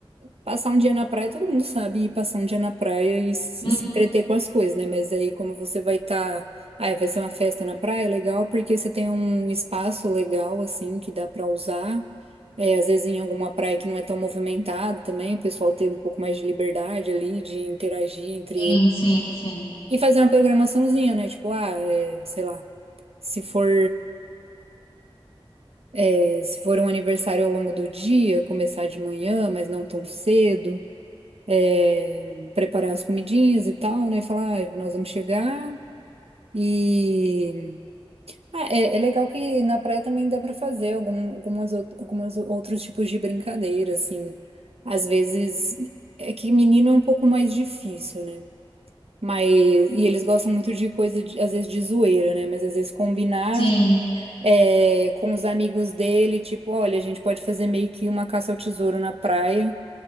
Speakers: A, on the right; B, on the left.
A: passar um dia na praia, todo mundo sabe ir passar um dia na praia e se,
B: Hum,
A: se entreter com as coisas, né? Mas aí, como você vai estar. Ah, vai ser uma festa na praia, é legal, porque você tem um espaço legal, assim, que dá pra usar. É, às vezes em alguma praia que não é tão movimentada também, o pessoal tem um pouco mais de liberdade ali, de interagir entre
B: Sim,
A: eles.
B: sim, sim,
A: E fazer uma programaçãozinha, né? Tipo, ah, é, sei lá, se for. É, se for um aniversário ao longo do dia, começar de manhã, mas não tão cedo, é, preparar as comidinhas e tal, né? Falar, "Ah, nós vamos chegar e. Ah, é, é legal que na praia também dá para fazer algum, algumas, ou- algumas outros tipos de brincadeira, assim. Às vezes é que menino é um pouco mais difícil, né? Mas, e eles gostam muito de coisa, de- às vezes, de zoeira, né? Mas às vezes combinar.
B: sim.
A: é, com os amigos dele, tipo, olha, a gente pode fazer meio que uma caça ao tesouro na praia